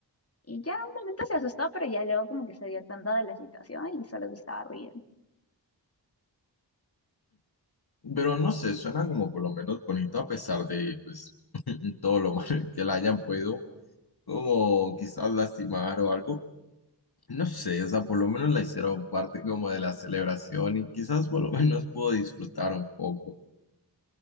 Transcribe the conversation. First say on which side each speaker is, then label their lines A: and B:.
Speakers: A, on the left; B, on the left.
A: Y ya un momento se asustó, pero ya luego como que se dio cuenta de la situación y solo se estaba riendo.
B: Pero no sé, suena como por lo menos bonito a pesar de pues <laughs> todo lo mal que la hayan podido, como quizás lastimar o algo. No sé, o sea, por lo menos la hicieron parte como de la celebración y quizás por lo <laughs> menos pudo disfrutar un poco.